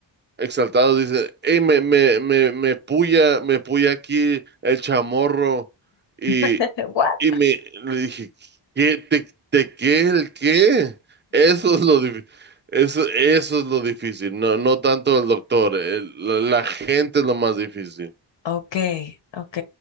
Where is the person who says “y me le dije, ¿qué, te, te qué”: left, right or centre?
Right